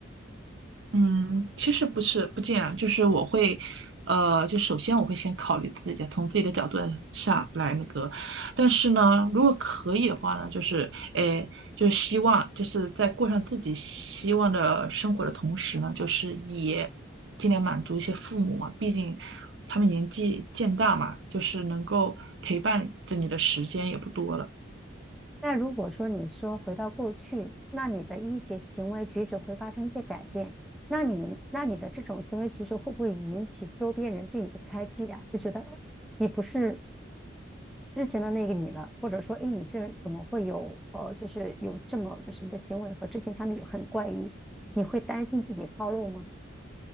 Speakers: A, on the right; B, in the centre.
A: 嗯，其实不是不这样，就是我会，呃，就首先我会先考虑自己的从自己的角度上来那个，但是呢，如果可以的话呢，就是诶，就是希望就是在过上自己希望的生活的同时呢，就是也尽量满足一些父母嘛，毕竟他们年纪渐大嘛，就是能够陪伴着你的时间也不多了。
B: 那如果说你说回到过去，那你的一些行为举止会发生一些改变，那你那你的这种行为举止会不会引起周边人对你的猜忌啊？就觉得哎，诶你不是之前的那个你了，或者说哎，诶你这人怎么会有呃，就是有这么就是你的行为和之前相比很怪异，你会担心自己暴露吗？